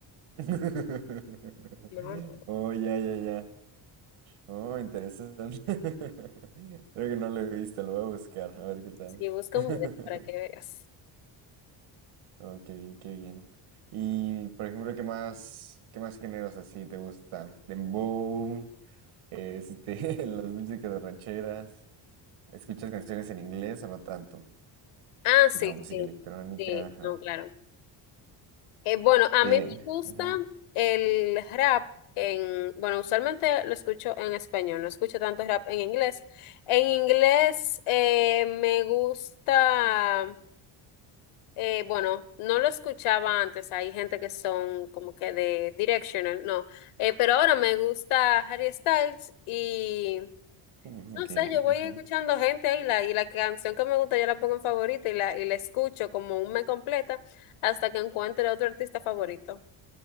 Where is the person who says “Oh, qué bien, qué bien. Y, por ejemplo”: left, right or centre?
Right